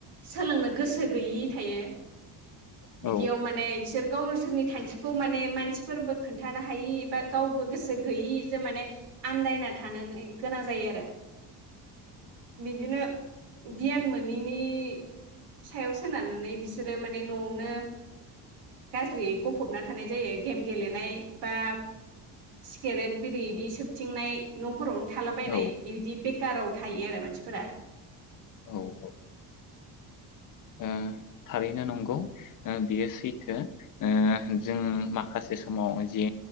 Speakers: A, on the right; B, on the left.
A: सोलोंनो गोसो गैयि थायो।
B: औ
A: बिदियाव माने बिसोर गावनोस सोरनि थांखिखौ माने मानसिफोरबो खोन्थानो हायि बा गावबो गोसो गैयि जों माने आन्दायना थानो गोय गोनां जायो आरो। बिदिनो गियान मोनिनि सायाव सोनारनानै बिसोरो माने नआवनो गाज्रियै गफबना थानाय जायो गेम गेलेनाय बा सिगारेट बिरि इदि सोबथिंनाय नफोरावनो थालाबायनाय
B: औ
A: इदि बे काराव थायो आरो मानसिफोरा।
B: औ औ। ओ थारैनो नंगौ ओ बियो सैथो ओ जों माखासे समाव जि